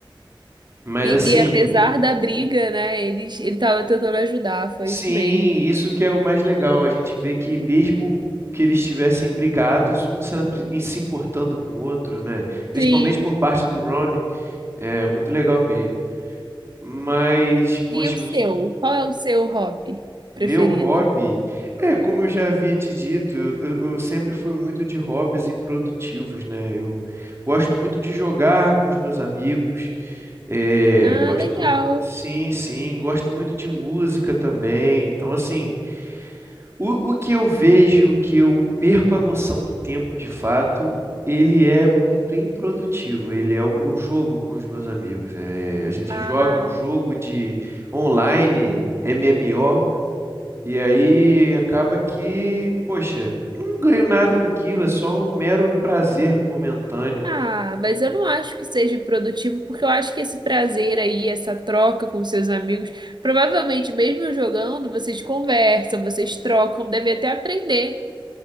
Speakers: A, on the right; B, on the right.
A: Mas
B: E,
A: assim,
B: e apesar da briga, né? Eles, ele tava tentando ajudar, foi
A: Sim,
B: isso mesmo.
A: isso que é o mais legal. A gente vê que mesmo que eles estivessem brigados, um sempre em- se importando com o outro, né? Principalmente
B: Sim.
A: por parte do Ron, é muito legal mesmo. Mas, poxa,
B: E o seu?
A: os-
B: Qual é o seu hobby
A: meu
B: preferido?
A: hobby, é como eu já havia te dito, eu, eu- eu sempre fui muito de hobbies improdutivos, né? Eu gosto muito de jogar com os meus amigos, é,
B: Ah,
A: gosto,
B: legal.
A: mu- sim, sim, gosto muito de música também. Então, assim O, o que eu vejo, que eu perco a noção do tempo de fato, ele é muito improdutivo. Ele é o, o jogo com os meus amigos, né? A gente
B: Ah,
A: joga um jogo de online, MMO, e aí acaba que, poxa, não ganho nada com aquilo, é só um mero prazer momentâneo.
B: ah, mas eu não acho que seja improdutivo, porque eu acho que esse prazer aí, essa troca com seus amigos, provavelmente mesmo jogando, vocês conversam, vocês trocam, devem até aprender.